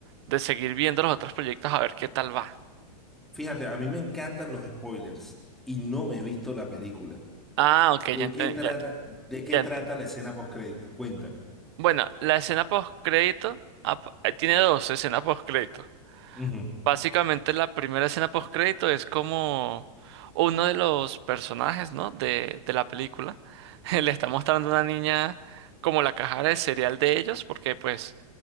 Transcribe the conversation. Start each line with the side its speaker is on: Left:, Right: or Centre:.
Right: de seguir viendo los otros proyectos a ver qué tal va.
Centre: Fíjate, a mí me encantan los spoilers y no me he visto la película.
Right: Ah, ok,
Centre: ¿De
Right: ya enten-
Centre: qué trata,
Right: ya,
Centre: de qué
Right: ya
Centre: trata
Right: enten-
Centre: la escena post créditos? Cuéntame.
Right: Bueno, la escena postcrédito ap- tiene dos escenas postcrédito.
Centre: Ujú,
Right: Básicamente la primera escena post crédito es como uno de los personajes, ¿no? De, de la película. <laughs> Le está mostrando a una niña como la cajara de cereal de ellos, porque pues